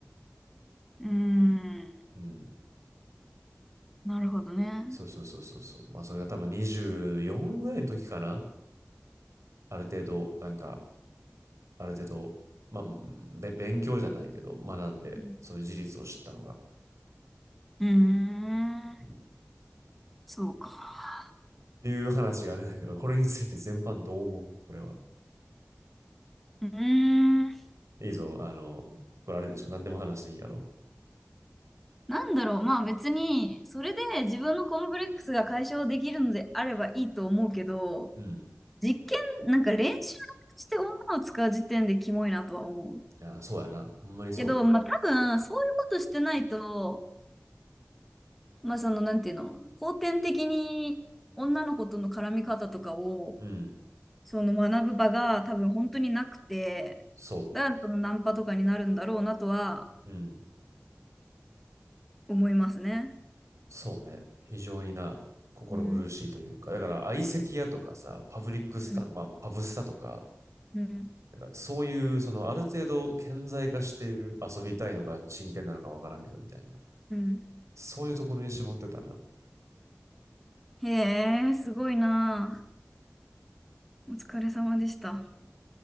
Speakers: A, in the centre; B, on the right (about 80°).
A: うーん。
B: な。うん。
A: なるほどね。
B: そうそうそうそうそう。まあそれが多分24ぐらいの時かな。ある程度、なんか、ある程度、まあ、うんべ勉強じゃないけど、学んで、
A: うん。
B: そういう事実を知ったのが。
A: うーん
B: うん、っ
A: そうか。
B: ていう話があるんだけど、これについて全般どう思うこれは。
A: うーん。
B: いいぞ。あの、これあれでしょ。何でも話していいんやろ。
A: なんだろう。まあ別に、それで自分のコンプレックスが解消できるのであればいいと思うけど、
B: うん。
A: 実験、なんか練習して女を使う時点でキモいなとは思う。
B: いや、そうやな。ほんまにそうや。
A: けど、まあ多分、そういうことしてないと、まあその、なんていうの、後天的に女の子との絡み方とかを、
B: うん。
A: その学ぶ場が多分本当になくて、
B: そ
A: だからそのナンパとかになるんだろうなとは
B: う。うん。
A: 思いますね。
B: そうね。非常にな、心苦しいというか、
A: うん。
B: だから相席屋とかさ、パブリックスタン、
A: うん。
B: まあ、パブスタとか、
A: うん。
B: なんかそういう、そのある程度顕在化している、遊びたいのか真剣なのかわからんけどみたいな。
A: うん。
B: そういうところに絞ってたな。
A: へえ、すごいなあ。お疲れ様でした。